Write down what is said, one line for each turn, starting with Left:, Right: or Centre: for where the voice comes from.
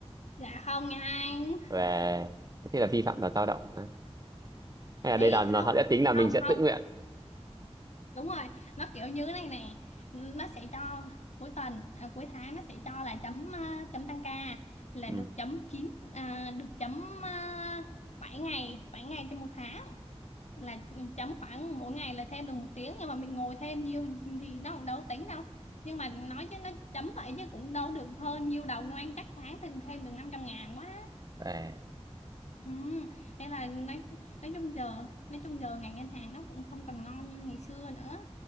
Left: Dạ không nha anh
Right: về thế là vi phạm luật lao động á? hay là đây
Left: Ý
Right: là nó-
Left: không
Right: họ sẽ tính là mình
Left: không
Right: sẽ
Left: không
Right: tự nguyện
Left: Đúng rồi nó kiểu như thế này nè Nó sẽ cho cuối tuần à, cuối tháng nó sẽ cho là chấm à, chấm tăng ca là
Right: ừ.
Left: được chấm 9 à, được chấm uh, 7 ngày 7 ngày trên một tháng là chấm khoảng mỗi ngày là thêm được một tiếng nhưng mà mình ngồi thêm nhiều thì nó cũng đâu có tính đâu nhưng mà nói chứ nó chấm vậy chứ cũng đâu được hơn nhiều đầu đâu anh chắc tháng thì thêm được 500 ngàn quá
Right: à
Left: Ừ, nên là nói nói chung giờ nói chung giờ ngành ngân hàng nó cũng không còn ngon như ngày xưa nữa